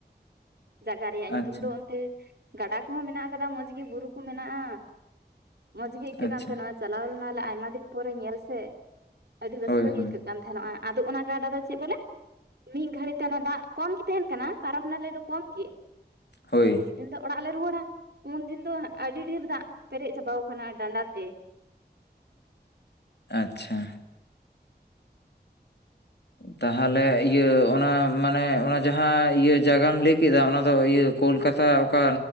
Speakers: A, on the right; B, on the left.
A: ᱡᱟᱭᱜᱟ ᱨᱮᱭᱟᱜ ᱧᱩᱛᱩᱢ
B: ᱟᱪᱪᱷᱟ
A: ᱫᱚ ᱜᱟᱰᱟ ᱠᱚᱦᱚᱸ ᱢᱮᱱᱟᱜ ᱟᱠᱟᱫᱟ ᱢᱚᱸᱡᱽ ᱜᱮ ᱵᱩᱨᱩ ᱠᱚ ᱢᱮᱱᱟᱜᱼᱟ ᱢᱚᱸᱡᱽ ᱜᱮ ᱟᱹᱭᱠᱟᱹᱜ
B: ᱟᱪᱪᱷᱟ
A: ᱠᱟᱱ ᱛᱟᱦᱮᱱᱟᱚᱜ ᱪᱟᱞᱟᱣ ᱞᱮᱱᱟᱞᱮ ᱟᱭᱢᱟ ᱫᱤᱱ ᱯᱚᱨᱮ ᱧᱮᱞ ᱥᱮ ᱟᱹᱰᱤ ᱨᱟᱹᱥᱠᱟᱹ
B: ᱦᱳᱭ
A: ᱜᱮ
B: ᱦᱳᱭ
A: ᱟᱹᱭᱠᱟᱹᱜ ᱠᱟᱱ ᱛᱟᱦᱮᱚᱜᱼᱟ ᱟᱫᱚ ᱚᱱᱟ ᱠᱟᱰᱟ ᱫᱚ ᱪᱮᱫ ᱵᱚᱞᱮ? ᱢᱤᱫ ᱜᱷᱟᱹᱲᱤᱡ ᱛᱮ ᱚᱱᱟ ᱫᱟᱜ ᱠᱚᱢ ᱜᱮ ᱛᱟᱦᱮᱱ ᱠᱟᱱᱟ ᱯᱟᱨᱚᱢ ᱱᱟᱞᱮ ᱫᱚ ᱠᱚᱢ ᱜᱮ
B: ᱦᱳᱭ
A: ᱟᱨ ᱡᱟᱥ ᱫᱤᱱ ᱫᱚ ᱚᱲᱟᱜ ᱞᱮ ᱨᱩᱣᱟᱹᱲᱟ ᱩᱱᱫᱤᱱ ᱫᱚ ᱟᱹᱰᱤ ᱰᱷᱮᱨ ᱫᱟᱜ ᱯᱮᱨᱮᱡ ᱪᱟᱵᱟᱣ ᱟᱠᱟᱱᱟ ᱰᱟᱸᱰᱟ ᱛᱮ
B: ᱟᱪᱪᱷᱟ ᱛᱟᱦᱚᱞᱮ ᱤᱭᱟᱹ ᱚᱱᱟ ᱢᱟᱱᱮ ᱚᱱᱟ ᱡᱟᱦᱟᱸ ᱤᱭᱟᱹ ᱡᱟᱭᱜᱟᱢ ᱞᱟᱹᱭ ᱠᱮᱫᱟ ᱚᱱᱟ ᱫᱚ ᱤᱭᱟᱹ ᱠᱳᱞᱠᱟᱛᱟ ᱚᱠᱟ